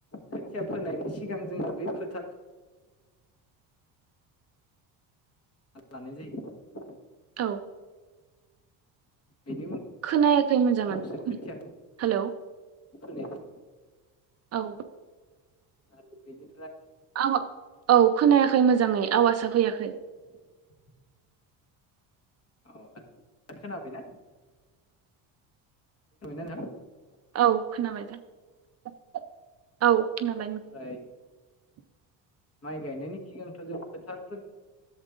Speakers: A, on the left; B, on the right.
A: खोथिया फोनायनि सिगां जोङो बे फोथार लानाय जायो।
B: औ
A: बेनि उन
B: खोनायाखै मोजाङै
A: नावसो खोथियाखौ
B: हेलौ
A: फोनाय जायो
B: औ
A: आरो बेनि
B: आ औ खोनायाखै मोजाङै आवाजा फैयाखै
A: <inaudible> औ <unintelligible> खोनाबायना <unintelligible>
B: औ खोनाबाय <inaudible> औ खोनाबाय
A: ओमफ्राय
B: <inaudible>
A: माइ गायनायनि सिगांथ' जों फोथारफोर